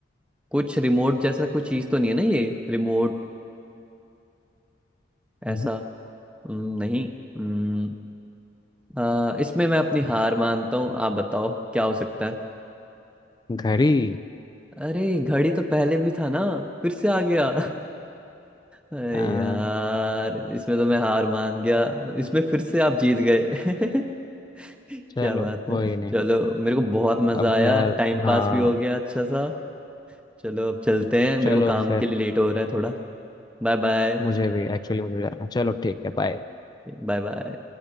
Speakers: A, in the centre; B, on the left (about 20°).
A: कुछ रिमोट जैसा कुछ चीज तो नहीं है ना ये रिमोट ऐसा
B: हम्म।
A: हम्म, नहीं हम्म आ, इसमें मैं अपनी हार मानता हूँ आप बताओ क्या हो सकता है
B: घड़ी
A: अरे घड़ी तो पहले भी था ना फिर से आ गया अरे
B: आ,
A: यार इसमें तो मैं हार मान गया इसमें फिर से आप जीत गए <laughs>
B: चलो
A: क्या बात
B: कोई
A: है
B: नहीं
A: चलो मेरे को बहुत मजा
B: अब
A: आया
B: यार
A: टाइम
B: हाँ
A: पास भी हो गया अच्छा सा चलो अब चलते हैं मेरे
B: चलो
A: को काम
B: फिर
A: के लिए लेट हो रहा है थोड़ा Bye bye
B: मुझे भी एक्चुअली मुझे भी जाना चलो ठीक है बाय
A: Bye bye